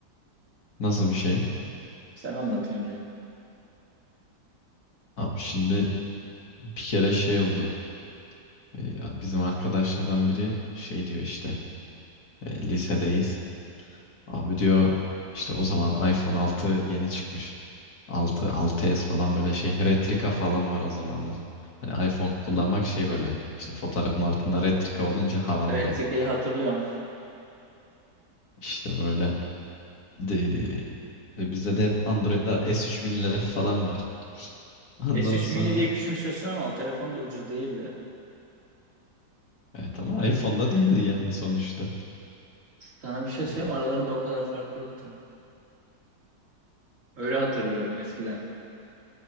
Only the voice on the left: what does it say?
Nasıl bir şey?
Abi şimdi bir kere şey oldu. Ee, bizim arkadaşlardan biri şey diyor işte e, lisedeyiz. Abi diyor işte o zaman iPhone 6 yeni çıkmış. 6 6s falan böyle şey. Retrika falan var o zamanlar. Hani iPhone kullanmak şey böyle. İşte fotoğrafın altında retrika olunca havan
oluyor.
İşte böyle de, e, bizde de hep Android'ler S3000'ler falan var. Ondan
sonra
evet ama iPhone'da değildi yani sonuçta.
E,